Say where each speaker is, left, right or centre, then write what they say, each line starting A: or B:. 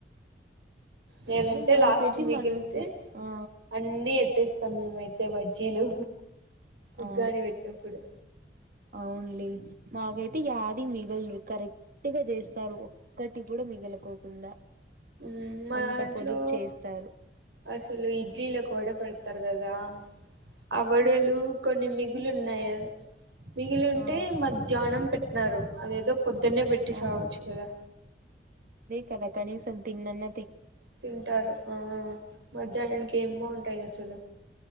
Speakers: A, on the right; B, on the right.
A: లేదంటే
B: ఏందో మన
A: లాస్ట్
B: కొద్ది
A: మిగిలితే
B: మనం ఆ
A: అన్ని ఎత్తేస్ సమ్యమైతే అయితే బజ్జీలు ఉగ్గాని
B: ఆ
A: పెట్టనప్పుడు
B: అవునులే మాకైతే యాది మిగలరు. కరెక్ట్ గా చేస్తారు ఒకటి కూడా మిగలకోకుండా
A: యూ మా
B: అంత
A: దాంట్లో
B: పొదుపు చేస్తారు
A: అసలు ఇ ఈల కోడా పెడతారు కదా ఆ వడలు కొన్ని మిగులు ఉన్నాయి మిగిలి ఉంటే
B: ఆ
A: మధ్యాహ్నం పెట్టనారు అదేదో పొద్దున్నే పెట్టి సావచ్చు
B: ఆ
A: కదా
B: కథ కనీసం తిన్ అన్న
A: తింటారు ఆ మధ్యాహ్నానికి ఏం బాగుంటాయి అసలు